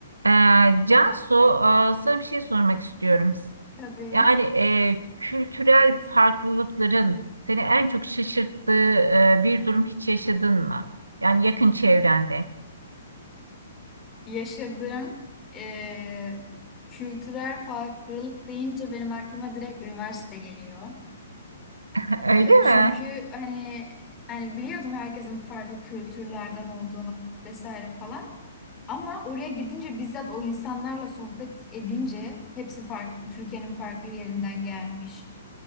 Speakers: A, on the right (about 90°); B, on the left (about 25°).
A: Ee, Cansu, e, sana bir şey sormak istiyorum.
B: Tabii
A: Yani e, kültürel farklılıkların seni en çok şaşırttığı e, bir durum hiç yaşadın mı? Yani yakın çevrende.
B: yaşadığım eee, kültürel farklılık deyince benim aklıma direkt üniversite geliyor.
A: <laughs> Öyle
B: Eee, çünkü
A: mi?
B: hani hani biliyordum herkesin farklı kültürlerden olduğunu vesaire falan. Ama oraya gidince bizzat o insanlarla sohbet edince hepsi farklı, Türkiye'nin farklı yerinden gelmiş